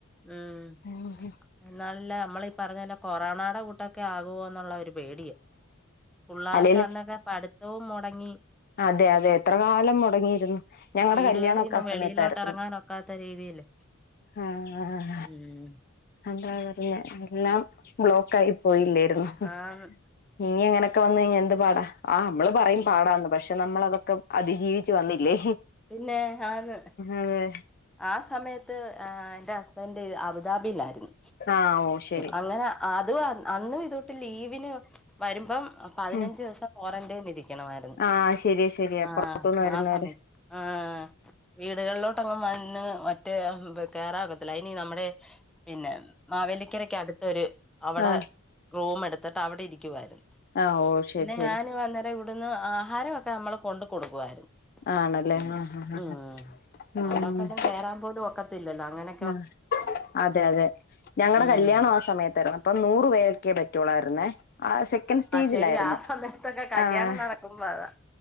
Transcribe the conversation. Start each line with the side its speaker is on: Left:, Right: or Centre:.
Centre: ഉം
Left: ആഹ്
Centre: എന്നാലെല്ലാ നമ്മള് ഈ പറഞ്ഞ എല്ലാം കൊറോണാടെ കൂട്ടൊക്കെ ആകോ നുള്ള ഒരു പേടിയായ് പുള്ളേർക്ക്
Left: അല്ലേലും
Centre: അന്നൊക്കെ പഠിത്തവും മൊടങ്ങി
Left: അതെ അതെ എത്ര കാലം മൊടങ്ങി ഇരുന്നു ഞങ്ങടെ
Centre: വീടുകളീന്ന്
Left: കല്യാണം ഒക്കെ ആ സമയത്തായിരുന്നു
Centre: വെളിയിലോട്ട് എറങ്ങാനൊക്കാത്ത രീതിയില്
Left: ആഹ്
Centre: ഉം
Left: എന്താ പറയാ എല്ലാം ബ്ലോക്ക് ആയി പോയില്ലേ ഇട്ട്ക്കുണു
Centre: ആന്ന്.
Left: ഇഞ്ഞ് ഇങ്ങനെക്കെ വന്ന് കഴിഞ്ഞാ എന്ത് പാടാ ആഹ് ഇമ്മള് പറയും
Centre: മ്മ്.
Left: പാടാന്ന് പക്ഷെ നമ്മളതൊ ക്കം അതിജീവിച്ചു വന്നില്ലേ
Centre: പിന്നെ ആന്ന്.
Left: അതെ
Centre: ആ സമയത്ത് ഹ് എന്റെ ഹസ്ബെന്റ് അബുദാബിയിലായിരുന്നു
Left: ആഹ് ഓ ശരി
Centre: അങ്ങനാ ആഹ് അത് വന്ന് അന്നും ഇതൊട്ട് ലീവിന് വരുമ്പം പതിനഞ്ച്
Left: ഉം
Centre: ദിവസം ക്വാറന്റൈൻ ഇരിക്കണമായിരുന്നു
Left: ആഹ് ശരിയാ ശരിയാ
Centre: ആഹ്
Left: പുറത്തുന്ന് വരുന്നവര്
Centre: ആ സമയത്ത് ആഹ് വീടുകളിലോട്ടങ്ങും വന്ന് മറ്റേ ഹ്ബ് കേറാനൊക്കത്തില്ല ഇനി നമ്മടെ പിന്നെ മാവേലിക്കരക്ക് അട്ത്തൊര് അവടെ
Left: ആഹ്
Centre: റൂം എട്ത്ത്ട്ട് അവടെ ഇരിക്കുവായിരുന്നു
Left: ആഹ് ഓ ശരി
Centre: പിന്നെ
Left: ശരി
Centre: ഞാന് അന്നേരം ഇ വിടുന്ന് ആഹാരവൊക്കെ അമ്മള് കൊണ്ട് കൊടുക്കുവായിരുന്നു
Left: ആണല്ലേ
Centre: ഉം
Left: ആഹ് ആഹ് ആഹ്
Centre: ഉം
Left: ആഹ് <unintelligible>
Centre: നമ്മക്കൊന്നും കേറാൻ പോലും ഒക്കത്തില്ലല്ലോ അങ്ങനെ
Left: ആഹ് അതെ അതെ ഞങ്ങടെ
Centre: ഉം
Left: കല്യാണും ആ സമയത്തായിരുന്നു അപ്പം നൂറു പേർക്കെ പറ്റുള്ളായിരുന്നേ ആഹ് സെക്കൻഡ്സ് സ്റ്റേജിലായിരുന്നു
Centre: ശരി ആ സമയത്തൊക്കെ കല്യാണം
Left: ആഹ്
Centre: നടക്കുമ്പോ അതാ